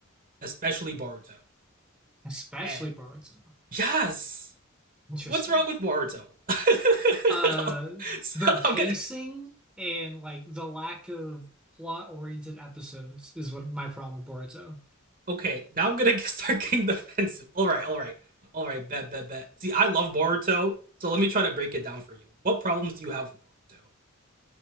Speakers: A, on the right; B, in the centre.
A: especially Boruto.
B: Especially
A: And
B: Boruto.
A: yes,
B: Interesting.
A: what's wrong with Boruto? <laughs>
B: Uh,
A: so
B: the pacing
A: I'm gonna,
B: and like the lack of plot-oriented episodes is what my problem with Boruto.
A: okay, now I'm gonna start getting defensive. All right, all right, all right. Bet, bet, bet. See, I love Boruto, so let me try to break it down for you. What problems do you have with Boruto?